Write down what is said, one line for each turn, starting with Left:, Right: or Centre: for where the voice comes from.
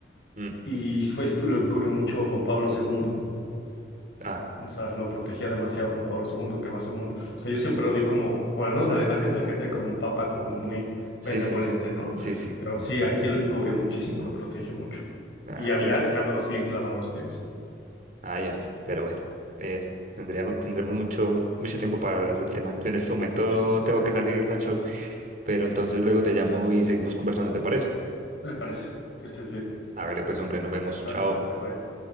Right: Mm.
Left: Y fue, esto- lo encubrió mucho Juan Pablo segundo
Right: Ah,
Left: O sea, lo protegía demasiado Juan Pablo segundo que además según, o sea, yo siempre lo vi como, o al menos a la imagen de la gente, como un papa como muy
Right: Sí,
Left: benevolente,
Right: sí,
Left: ¿no?
Right: sí, sí.
Left: Pero sí, aquí lo encubrió muchísimo, lo protegió mucho.
Right: Ah,
Left: Y había
Right: sí.
Left: escándalos bien clavados de eso.
Right: Ay, hombre, pero bueno, eh, tendríamos, tendremos mucho, mucho tiempo para hablar del tema. Yo en este momento
Left: Sí, sí, sí,
Right: tengo que salir, Nacho, pero entonces luego te llamo y seguimos conversando, ¿te parece?
Left: me parece. Que estés bien.
Right: Hágale pues, hombre, nos vemos.
Left: Dale,
Right: Chao.
Left: bye bye.